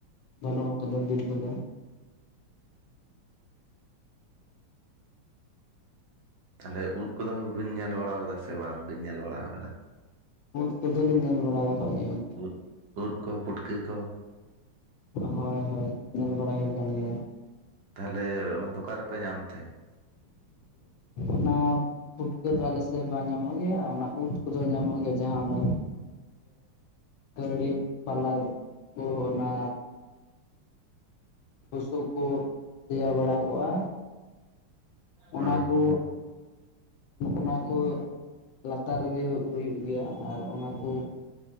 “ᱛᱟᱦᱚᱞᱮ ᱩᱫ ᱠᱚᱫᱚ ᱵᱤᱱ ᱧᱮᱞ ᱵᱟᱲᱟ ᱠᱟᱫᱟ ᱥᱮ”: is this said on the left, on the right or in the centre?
Right